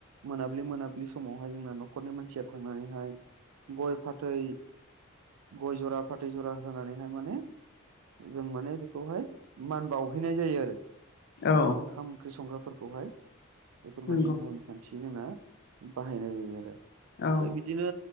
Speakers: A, on the right; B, on the left.
A: मोनाबिलि मोनाब्लि समावहाय जोंना न'खरनि मानसिया थांनानैहाय गय फाथै गय जरा फाथै जरा होनानैहाय माने जों माने बेखौहाय मान बावहैनाय जायो आरो
B: औ
A: ओंखाम ओंख्रि संग्राफोरखौ। खौहाय बेफोरबायदि
B: नंगौ
A: नियमखान्थि जोंना बाहायनाय जायो आरो। ओमफ्राय
B: औ
A: बिदिनो